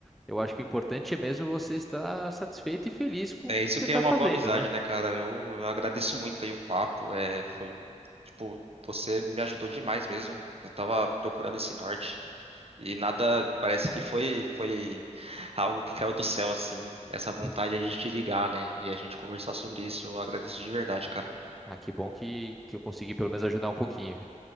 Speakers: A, in the centre; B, on the right.
A: Eu acho que o importante é mesmo você estar satisfeito e feliz com
B: É
A: o que
B: isso
A: você
B: que
A: está
B: é uma
A: fazendo,
B: boa amizade,
A: né?
B: né, cara? Eu, eu agradeço muito aí o papo. É, foi, tipo, você me ajudou demais mesmo. Eu tava procurando esse norte e nada, parece que foi, foi algo que caiu do céu, assim. Essa vontade
A: <laughs>
B: de a gente ligar, né? E a gente conversar sobre isso. Eu agradeço de verdade, cara.
A: Ah, que bom que, que eu consegui pelo menos ajudar um pouquinho.